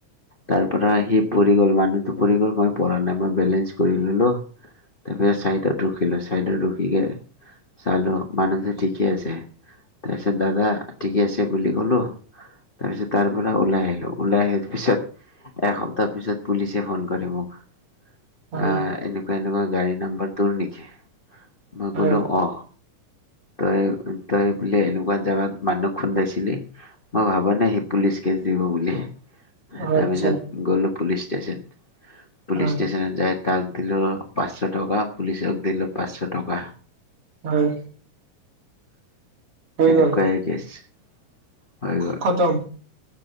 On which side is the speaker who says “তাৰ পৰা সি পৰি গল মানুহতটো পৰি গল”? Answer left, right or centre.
Left